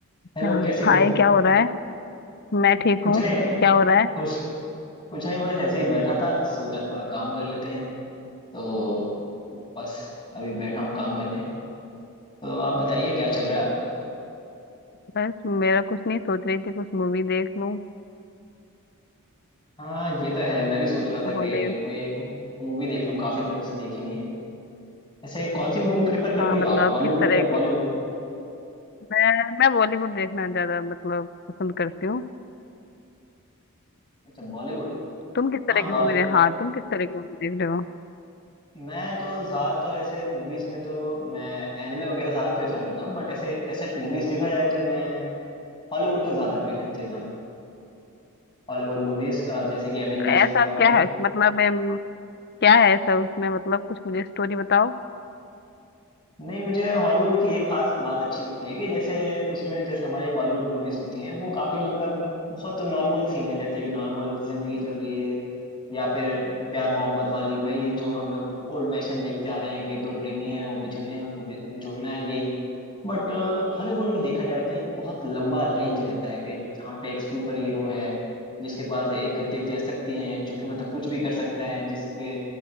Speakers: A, on the left; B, on the left.
A: क्या
B: हेलो कैसी हो
A: हाय क्या हो रहा है मैं ठीक
B: कुछ
A: हूँ
B: नहीं
A: क्या हो रहा है
B: कुछ कुछ नहीं बस ऐसे ही बैठा था सोचा थोड़ा काम कर लेते हैं तो बस अभी बैठा हूँ काम करने तो आप बताइए क्या चल रहा है आपका
A: बस मेरा कुछ नहीं सोच रही थी कुछ मूवी देख लूं
B: हाँ ये तो है मैं भी सोच रहा था कि
A: हॉलीवुड
B: कोई एक मूवी देख लूँ काफी दिनों से देखी नहीं है ऐसे कौन सी मूवी प्रिफर करती
A: हाँ
B: हो
A: मतलब
B: आप हॉलीवुड
A: किस तरह
B: या
A: की
B: बॉलीवुड
A: मैं मैं बॉलीवुड देखना ज्यादा मतलब पसंद करती हूँ
B: अच्छा बॉलीवुड
A: तुम किस
B: हाँ
A: तरह की
B: बॉलीवुड
A: मूवी दे हाँ तुम किस तरह की मूवी देख रहे हो
B: मैं तो ज्यादातर ऐसे मूवीज में तो मैं एनिमे वगैरह ज्यादा प्रेफर करता हूँ बट ऐसे ऐसे मूवीज देखा जाए तो मैं हॉलीवुड को ज्यादा प्रेफरेंस देता हूँ हॉलीवुड मूवीज जैसे कि एवेंजर्स
A: ऐसा
B: वगैरह हो
A: क्या
B: गई
A: है मतलब अम, क्या है ऐसा उसमें मतलब कुछ मुझे स्टोरी बताओ
B: नहीं मुझे हॉलीवुड की एक खास बात अच्छी लगती है कि जैसे उसमें जैसे हमारी बॉलीवुड मूवीज होती हैं वो काफी मतलब बहुत नॉर्मल सीन है जैसे कि नॉर्मल जिंदगी चल रही है या फिर प्यार मोहब्बत वाली वही जो हम लोग ओल्ड फैशन देखते आ रहे हैं कि दो प्रेमी हैं वो बिछड़े हैं उनको बि- जोड़ना है यही बट हॉलीवुड में देखा जाए तो एक बहुत लंबा रेंज रहता है कि जहाँ पे एक सुपर हीरो है जिसके पास एक दिव्य शक्ति है जो कि मतलब कुछ भी कर सकता है जिसके